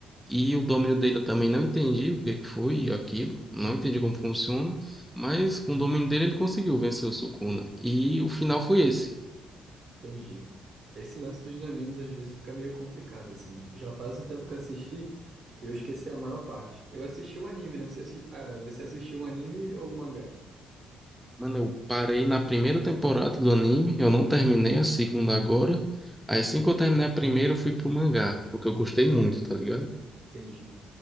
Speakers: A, in the centre; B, on the right (about 60°).
A: E o domínio dele eu também não entendi o que que foi aquilo, não entendi como funciona, mas com o domínio dele ele conseguiu vencer o Sukuna. E o final foi esse.
B: Entendi. Esse lance dos domínios às vezes fica meio complicado, assim. Já faz um tempo que eu assisti, eu esqueci a maior parte. Eu assisti o anime, né? Você, assi- ah, você assistiu o anime ou o mangá?
A: Mano, eu parei na primeira temporada do anime, eu não terminei a segunda agora. Aí assim que eu terminei a primeira, eu fui pro mangá, porque eu gostei muito, tá ligado?
B: Entendi.